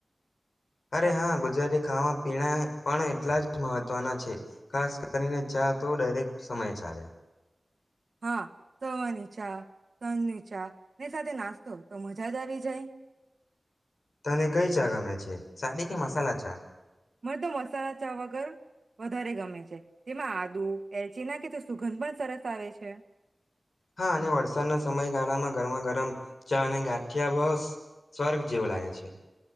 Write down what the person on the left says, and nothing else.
અરે
હા ગુજરાતી ખાવા પીવા પણ એટલા જ મહત્વના છે ખાસ કરીને ચા તો દરેક સમય ચાલે
તને કઈ ચા ગમે છે સાદી કે મસાલા ચા
હા અને વરસાદના સમયગાળામાં ગરમા ગરમ ચા અને ગાંઠિયા બ સ સ્વર્ગ જેવો લાગે છે.